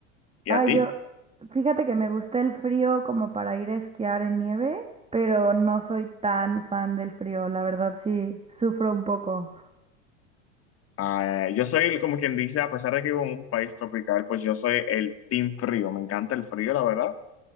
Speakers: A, on the left; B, on the right.
A: ¿Y
B: Ay,
A: a ti?
B: yo, fíjate que me gusta el frío como para ir a esquiar en nieve, pero no soy tan fan del frío, la verdad sí, sufro un poco.
A: Ah, yo soy como quien dice, a pesar de que vivo en un país tropical, pues yo soy el team frío, me encanta el frío, la verdad,